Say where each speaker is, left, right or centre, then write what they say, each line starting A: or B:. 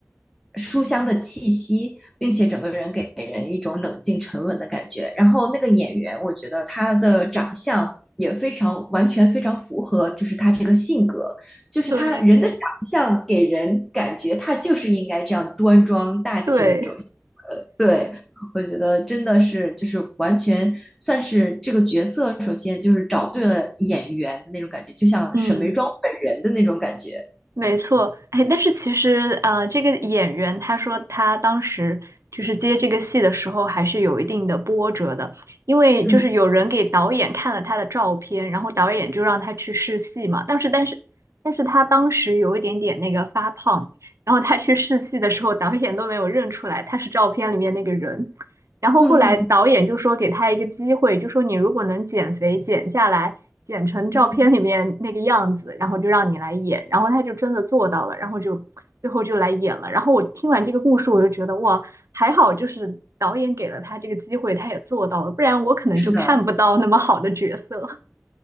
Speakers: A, in the centre; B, on the right.
A: 书香的气息，并且整个人给人一种冷静沉稳的感觉。然后那个演员，我觉得他的长相。也非常完全非常符合，就是他这个性格，就是他人的长相给人感觉他就是应该这样端庄大气的这种
B: 对对，
A: 对，我觉得真的是就是完全算是这个角色，首先就是找对了演员的那种感觉，就像沈眉庄本人的那种感觉。
B: 嗯。没错，哎，但是其实，呃，这个演员他说他当时就是接这个戏的时候，还是有一定的波折的，因为就是有人给导演看了他的照片，
A: 嗯
B: 然后导演就让他去试戏嘛。但是，但是，但是他当时有一点点那个发胖，然后他去试戏的时候，导演都没有认出来他是照片里面那个人。然后后来导演就说给他一个机会，
A: 嗯嗯
B: 就说你如果能减肥减下来，减成照片里面那个样子，
A: 嗯，
B: 然后就让你来演。然后他就真的做到了，然后就最后就来演了。然后我听完这个故事，我就觉得哇，还好就是导演给了他这个机会，他也做到了，不然我可能就看不到那么好的角色。
A: 是的，